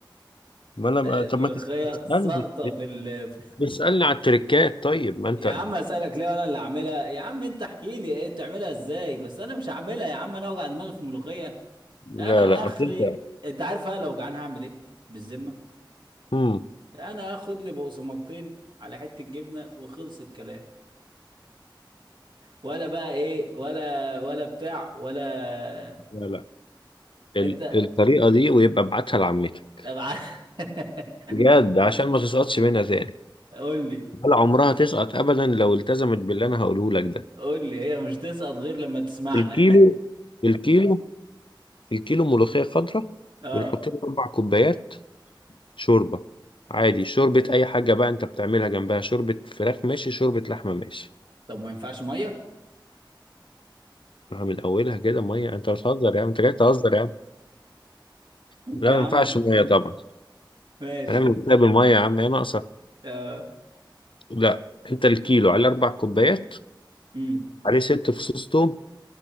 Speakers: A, on the left; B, on the right.
A: ما انا ما-
B: الملوخيه
A: طب ما تس- تسالني
B: ساقطه في ال في-
A: تسالني على التريكات طيب ما انت
B: يا عم اسالك ليه انا اللي اعملها يا عم انت احكي لي ايه بتعملها ازاي بس انا مش هعملها يا عم انا اوجع دماغي في ملوخيه
A: لا
B: انا
A: لا
B: اخري
A: اصل انت
B: انت عارف انا لو جعان هعمل ايه بالذمه
A: امم
B: انا اخد لي بقسماطتين على حته جبنه وخلص الكلام ولا بقى ايه ولا ولا بتاع ولا
A: لا لا
B: انت
A: ال... الطريقه دي ويبقى ابعتها لعمتك
B: طب ع- <laughs>
A: بجد عشان ما تسقطش منها تاني
B: قول لي
A: ولا عمرها تسقط ابدا لو التزمت باللي انا هقوله لك ده
B: قول لي هي مش تسقط غير لما تسمعنا
A: الكيلو الكيلو الكيلو ملوخيه خضراء
B: <laughs> اه
A: بنحط له اربع كوبايات شوربه عادي شوربه اي حاجه بقى انت بتعملها جنبها شوربه فراخ ماشي شوربه لحمه ماشي
B: طب ما ينفعش ميه
A: مع من اولها كده ميه انت بتهزر يا عم انت جاي تهزر يا عم لا
B: يا
A: ما
B: عم
A: ينفعش ميه طبعا
B: ماشي
A: هنعمل كوبايه بالميه يا عم ايه ناقصه
B: اه
A: لا انت الكيلو على اربع كوبايات
B: امم
A: عليه ست فصوص توم